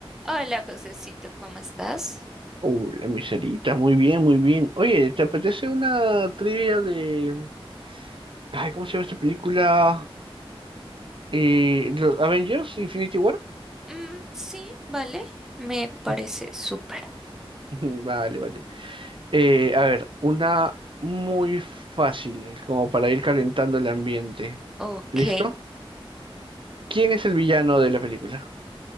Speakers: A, in the centre; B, on the right.
A: Hola, Josecito, ¿cómo estás?
B: Uh, la miserita, muy bien, muy bien. Oye, ¿te apetece una trivia de... Ay, ¿cómo se llama esta película? Eh, ¿los Avengers, Infinity War.
A: Mm, sí, vale, me
B: <laughs>
A: parece súper.
B: Vale, vale. Eh, a ver, una muy fácil, como para ir calentando el ambiente.
A: Ok,
B: ¿Listo? ¿Quién es el villano de la película?